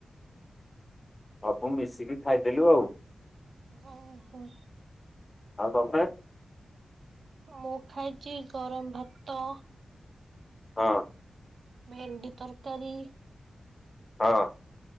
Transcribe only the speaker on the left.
ସବୁ ମିଶିକି ଖାଇଦେଲୁ ଆଉ।
ଆଉ ତମେ?
ହଁ।
ହଁ।